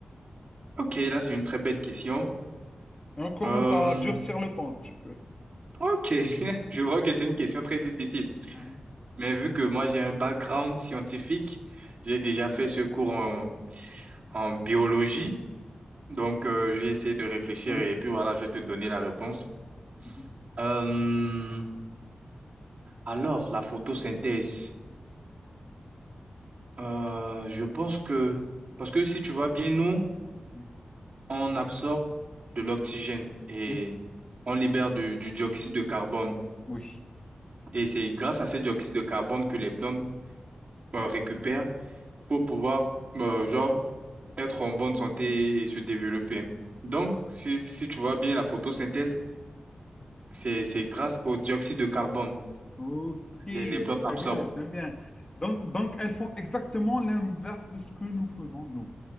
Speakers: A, on the right; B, on the left.
A: Ok, là, c'est une très belle question.
B: On commence
A: Euh,
B: à durcir le temps un petit peu.
A: ok. <laughs> Je vois
B: <laughs>
A: que c'est une question très difficile.
B: Ah,
A: Mais vu que moi, j'ai un background scientifique, j'ai déjà fait ce cours en, en biologie. Donc, euh, j'ai essayé de réfléchir
B: Oui.
A: et puis voilà, je vais te donner la réponse.
B: Mhm,
A: Euh, Alors, la photosynthèse, euh, je pense que, parce que si tu vois bien, nous,
B: mhm.
A: on absorbe de l'oxygène et
B: Oui.
A: on libère du, du dioxyde de carbone.
B: Oui.
A: Et c'est grâce à ce dioxyde de carbone que les plantes euh, récupèrent pour pouvoir, euh, genre, être en bonne santé et se développer. Donc, si, si tu vois bien, la photosynthèse, c'est, c'est grâce au dioxyde de carbone
B: Ok,
A: les, les plantes
B: très
A: absorbent.
B: bien, j'aime bien. Donc, donc, elles font exactement l'inverse de ce que nous faisons, nous.